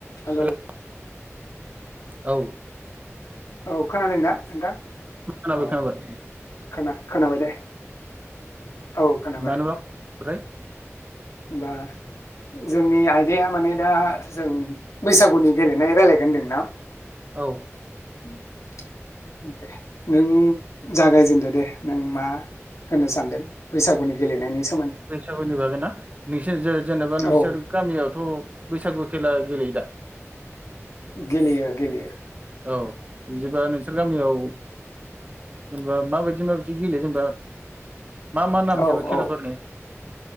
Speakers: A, on the left; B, on the right.
A: हेलौ
B: हेल' औ
A: औ खोनादों दा नोंथां
B: खोनाबाय
A: औ
B: खोनाबाय
A: खोना खोनाबाय दे औ खोनाबाय
B: मानोबा ओमफ्राय
A: होमबा जोंनि आयदाया माने दा जों बैसागुनि गेलेनाय रायलायगोन होनदोंना
B: औ
A: उम उमदे नों जागायजेनदो दे नों मा होनो सानदों बैसागुनि गेलेनायनि सा
B: फैसागुनि बागैना? नोंसोर जे-जेनेबा नोंसोर
A: औ
B: गामियावथ औ बैसागु खेला गेलेयो दा?
A: गेलेयो गेलेयो
B: औ बिदिबा नोंसोर गामियाव जेनेबा माबायदि माबायदि गेले जेनेबा मा मा नाम
A: औ
B: जेनेबा खेलाफोरनि?
A: औ